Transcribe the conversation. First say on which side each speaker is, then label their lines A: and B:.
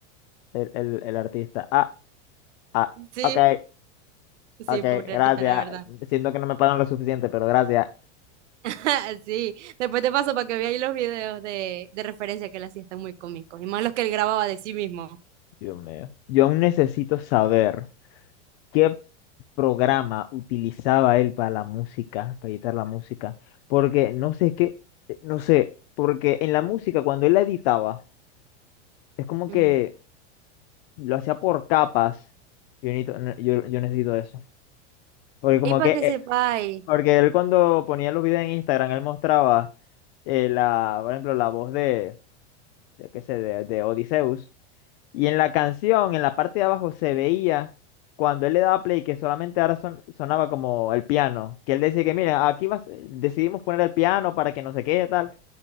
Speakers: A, on the left; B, on the right.
A: el, el, el artista. Ah, ah,
B: Sí,
A: ok,
B: sí,
A: ok,
B: pobre
A: gracias.
B: artista, la verdad.
A: Siento que no me pagan lo suficiente, pero gracias.
B: <laughs> Sí, después te paso para que veáis los videos de, de referencia que él hacía, están muy cómicos, y más los que él grababa de sí mismo.
A: Dios mío. Yo aún necesito saber qué programa utilizaba él para la música, para editar la música, porque no sé, es que, eh, no sé, porque en la música cuando él la editaba, es como
B: Ujú.
A: que lo hacía por capas. Yo necesito, yo, yo necesito eso. Porque como
B: Y para
A: que,
B: que
A: eh,
B: sepáis,
A: porque él cuando ponía los videos en Instagram, él mostraba eh, la, por ejemplo, la voz de, yo qué sé, de, de Odiseus. Y en la canción, en la parte de abajo, se veía cuando él le daba play que solamente ahora son- sonaba como el piano. Que él decía que, mira, aquí vas, decidimos poner el piano para que no se quede tal.